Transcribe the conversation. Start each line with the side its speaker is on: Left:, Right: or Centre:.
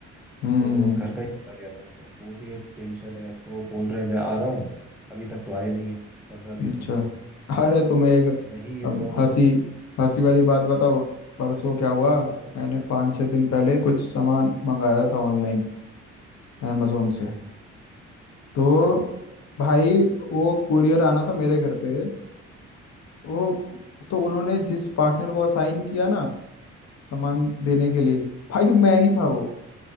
Left: हम्म,
Centre: हमको तो बस घर का ही बोला गया था अब वो भी एक टेंशन है आपको बोल रहे हैं मैं आ रहा हूँ अभी तक तो आए नहीं है पंद्रह बीस
Left: हम्म, अच्छा
Centre: मिनट हो गए
Left: अरे तुम्हें एक
Centre: अब नहीं
Left: अब
Centre: होगा
Left: हंसी
Centre: तो
Left: हंसी वाली बात बताओ परसों क्या हुआ
Centre: बताओ
Left: मैंने पाँच छः दिन पहले कुछ सामान मंगाया था ऑनलाइन अमेजोन
Centre: हम्म
Left: से
Centre: अच्छा
Left: तो भाई वो कुरियर आना था मेरे घर पे वो तो उन्होंने जिस पार्टनर को असाइन किया ना सामान देने के लिए भाई मैं ही था वो